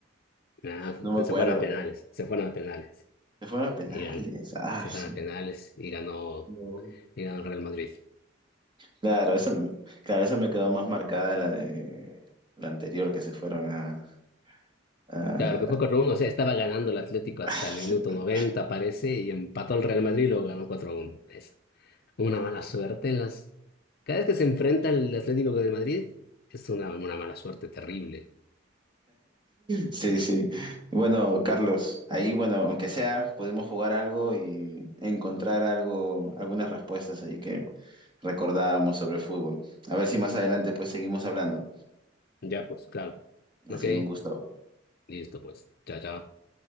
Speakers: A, on the left; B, on the right.
A: Nah, se,
B: No me acuerdo.
A: se fueron a penales, se fueron a penales.
B: Se fueron a penales.
A: Y gan-
B: Ah,
A: se
B: su-
A: fueron a penales y ganó,
B: No.
A: y ganó el Real Madrid.
B: claro, eso, claro, eso me quedó más marcada la de la anterior que se fueron a, a-
A: Claro que fue cuatro uno o sea, estaba ganando el Atlético hasta
B: <laughs>
A: el minuto 90 parece, y empató el Real Madrid y luego ganó cuatro uno Es una mala suerte en las... Cada vez que se enfrenta el Atlético con el Madrid, es una, una mala suerte terrible.
B: Sí, sí. Bueno, Carlos, ahí, bueno, aunque sea, pudimos jugar algo y encontrar algo, algunas respuestas ahí que recordábamos sobre el fútbol. A ver si más adelante pues seguimos hablando.
A: Ya, pues, claro.
B: Ha
A: Ok,
B: sido un gusto.
A: listo, pues. Chao, chao.